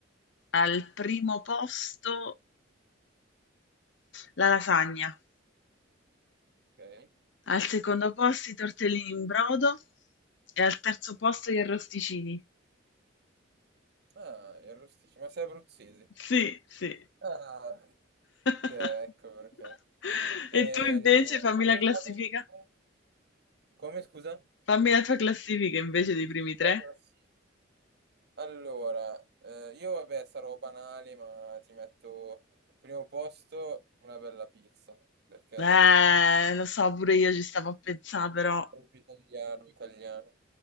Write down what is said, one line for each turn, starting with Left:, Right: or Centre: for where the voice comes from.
Left: al primo posto la lasagna,
Right: ok?
Left: al secondo posto i tortellini in brodo e al terzo posto gli arrosticini.
Right: Ah, il rosticino, ma sei abruzzese.
Left: Sì, sì.
Right: Ah,
Left: <laughs>
Right: ok, ecco perché. Eh,
Left: E tu invece fammi
Right: avrei-
Left: la classifica,
Right: avrei- avrei- Come scusa?
Left: fammi la tua classifica invece dei primi tre.
Right: La classifica. Allora, eh, io vabbè sarò banale, ma ti metto primo posto una bella pizza, perché
Left: Eh, lo so, pure io ci stavo a pensare, però.
Right: Proprio italiano, italiano.